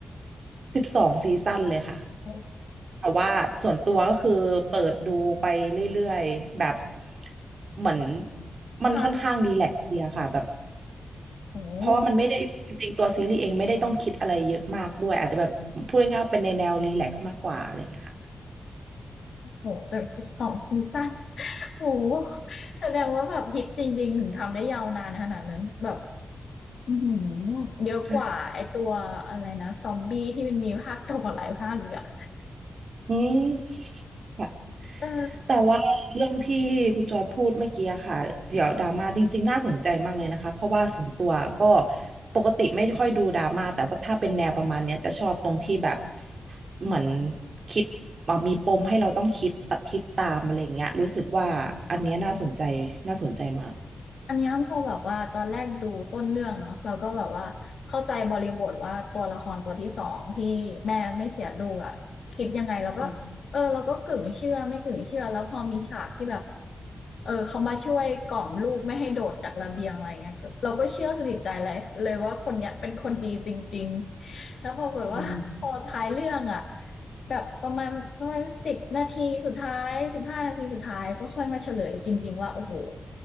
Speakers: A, on the right; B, on the left.
A: สิบสองซีซั่นเลยค่ะ
B: โอ้
A: แต่ว่าส่วนตัวก็คือเปิดดูไปเรื่อยๆแบบเหมือนมันค่อนข้างรีแลกซ์ดีอะค่ะแบบ
B: ค่ะโอ้
A: เพราะว่ามันไม่ได้จริงๆตัวซีรีส์เองไม่ได้ต้องคิดอะไรเยอะมากด้วยอาจจะแบบพูดง่ายๆว่าเป็นในแนวรีแลกซ์มากกว่าอะไรอย่างเงี้ยค่ะ
B: โหแต่สิบสองซีซั่นโอ้โหแสดงว่าแบบฮิตจริงๆถึงทำได้ยาวนานขนาดนั้นแบบ อือหือเยอะกว่าไอตัวอะไรนะซอมบี้ที่มันมีภาคต่อหลายภาคอีกอะ
A: ใช่อืมค่ะ
B: เออ
A: แต่ว่าเรื่องที่คุณจอยพูดเมื่อกี้อะค่ะเดี๋ยวดราม่าจริงๆน่าสนใจมากเลยนะคะเพราะว่าส่วนตัวก็ปกติไม่ค่อยดูดราม่าแต่ว่าถ้าเป็นแนวประมาณเนี้ยจะชอบตรงที่แบบเหมือนคิดอ่ะมีปมให้เราต้องคิดตัดคิดตามอะไรอย่างเงี้ยรู้สึกว่าอันเนี้ยน่าสนใจน่าสนใจมาก
B: อันเนี้ยพอแบบว่าตอนแรกดูต้นเรื่องเนาะเราก็แบบว่าเข้าใจบริบทว่าตัวละครตัวที่สองที่แม่ไม่เสียลูกอะคิดยังไงเราก็เออเราก็กึ่งเชื่อไม่กึ่งเชื่อแล้วพอมีฉากที่แบบ
A: อืม
B: เออเขามาช่วยกล่อมลูกไม่ให้โดดจากระเบียงอะไรเงี้ยก็เราก็เชื่อสนิทใจเลยเลยว่าคนเนี้ยเป็นคนดีจริงๆ แล้วปรากฏว่า
A: อืม
B: <laughs> พอท้ายเรื่องอะแบบประมาณประมาณสิบนาทีสุดท้ายสิบห้านาทีสุดท้ายก็ค่อยมาเฉลยจริงๆว่าโอ้โห